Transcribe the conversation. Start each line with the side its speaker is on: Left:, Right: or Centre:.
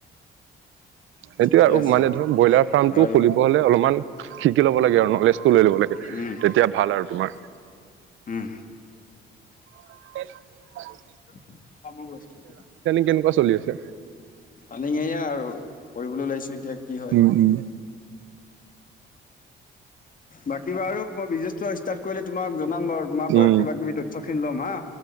Right: সেইটোয়ে
Left: ঠিকে
Right: আৰু
Left: আছে
Right: মানে ধৰ ব্ৰইলাৰ ফাৰ্মটো
Left: বাৰু
Right: খুলিব হলে অলপমান শিকি ল'ব লাগে আৰু ন ফটোজ লৈ ল'ব লাগে,
Left: উম
Right: তেতিয়া ভাল আৰু তোমাৰ।
Left: উম
Right: তে
Left: <unintelligible> অহ, ফোন কৰিছিলা,
Right: কেনেকুৱা চলি আছে
Left: আমি এইয়া আৰু কৰিবলৈ ওলাইছো এতিয়া কি হয়
Right: উম উম।
Left: বাকী বাৰু মই বিজনেছটো ষ্টাৰ্ট কৰিলে তোমাক জনাম বাৰু তোমাৰ পৰা
Right: উম
Left: কিবা কিবি তথ্য খিনি ল'ম হা